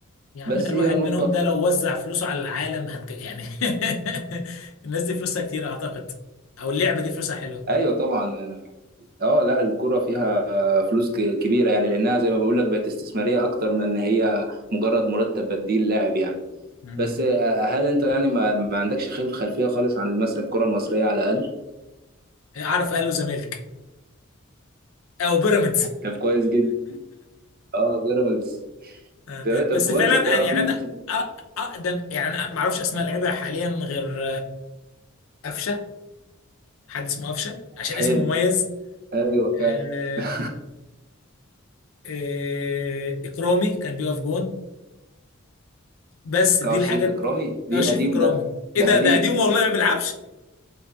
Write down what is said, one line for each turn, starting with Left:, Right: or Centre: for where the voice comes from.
Left: يا عم
Right: بس
Left: ده الواحد
Right: هي نقطه
Left: منهم ده لو وزع فلوسه على العالم هتك... يعني <laughs> الناس دي فلوسها كتير اعتقد او اللعبة دي فلوسها حلوة
Right: ايوه طبعا اه لا الكرة فيها فلوس ك- كبيرة يعني لأنها زي ما بقول لك بقت استثمارية أكتر من إن هي مجرد مرتب بديل لاعب يعني
Left: مم.
Right: بس آه، هل أنت يعني ما, ما عندكش خل- خلفية خالص عن مثلا الكرة المصرية على الأقل؟
Left: اعرف اهلي وزمالك او بيراميدز
Right: طب كويس جدا اه بيراميدز
Left: <laughs>
Right: تمام طب
Left: بس
Right: كويس
Left: فعلا
Right: تعرف
Left: أنا- يعني
Right: مين
Left: انا
Right: مثلا في الأهلي؟
Left: أ- اقدم يعني انا ما اعرفش اسماء لعيبه حاليا غير قفشه حد اسمه قفشه عشان
Right: حلو
Left: اسمه مميز
Right: ايوه
Left: آه،
Right: فعلا <laughs>
Left: آه، اكرامي كان بيقف جون بس دي
Right: اه
Left: الحاجات
Right: شريف إكرامي دي
Left: اشرف
Right: قديم
Left: اكرامي
Right: ده
Left: ايه
Right: ده
Left: ده
Right: قديم
Left: ده قديم والله ما بيلعبش